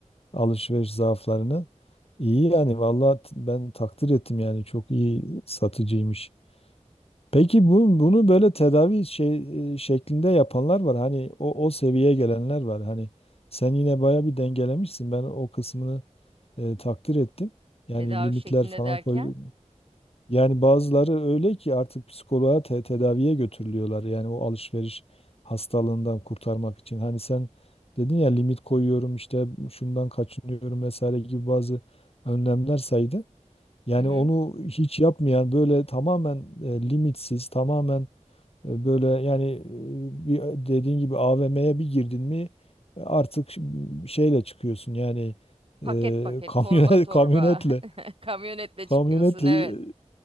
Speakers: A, on the left; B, on the right.
A: alışveriş zaaflarını. İyi yani vallahi t- ben takdir ettim yani çok iyi satıcıymış. Peki bu bunu böyle tedavi şey e, şeklinde yapanlar var. Hani o o seviyeye gelenler var. Hani sen yine baya bir dengelemişsin. Ben o kısmını e, takdir ettim. Yani
B: Tedavi
A: limitler
B: şeklinde
A: falan
B: derken,
A: koy, yani bazıları öyle ki artık psikoloğa te- tedaviye götürülüyorlar. Yani o alışveriş hastalığından kurtarmak için. Hani sen dedin ya limit koyuyorum işte şundan kaçınıyorum vesaire gibi bazı önlemler saydın. Yani
B: hı hı.
A: onu hiç yapmayan böyle tamamen e, limitsiz, tamamen e, böyle yani e, bir dediğin gibi AVM'ye bir girdin mi e, artık ş- şeyle çıkıyorsun. Yani
B: Paket
A: e,
B: paket,
A: kamyonet
B: torba torba,
A: <laughs> kamyonetle
B: <laughs> kamyonetle
A: kamyonetle
B: çıkıyorsun evet.
A: e,